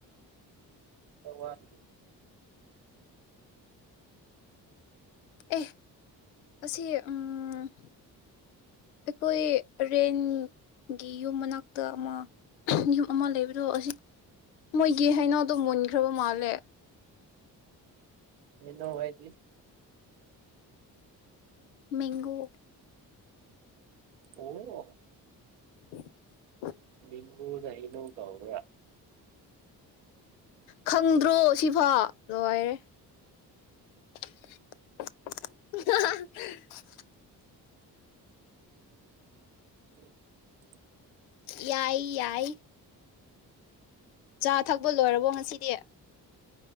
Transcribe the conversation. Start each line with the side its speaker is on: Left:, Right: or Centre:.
Right: ꯈꯔ ꯋꯥꯠꯂꯤ
Left: ꯑꯦ ꯑꯁꯤ ꯎꯝ ꯑꯩꯈꯣꯏ ꯔꯦꯟꯒꯤ ꯌꯨꯝ ꯃꯅꯥꯛꯇ ꯑꯃ ꯌꯨꯝ ꯑꯃ ꯂꯩꯕꯗꯣ ꯑꯁꯤ ꯃꯣꯏꯒꯤ ꯍꯩꯅꯧꯗꯣ ꯃꯨꯟꯈ꯭ꯔꯕ ꯃꯥꯜꯂꯦ
Right: ꯃꯤꯗꯧ ꯍꯥꯏꯗꯤ
Left: ꯃꯦꯡꯒꯣ
Right: ꯑꯣ
Left: <inaudible>
Right: ꯃꯦꯡꯒꯣꯗꯣ ꯍꯩꯅꯧ ꯀꯧꯕ꯭ꯔꯥ
Left: ꯈꯪꯗ꯭ꯔꯣ ꯁꯤꯐꯥꯎ ꯂꯥꯏꯔꯦ <unintelligible>
Right: <inaudible>
Left: ꯌꯥꯏ ꯌꯥꯏ ꯆꯥ ꯊꯛꯄ ꯂꯣꯏꯔꯕꯣ ꯉꯁꯤꯗꯤ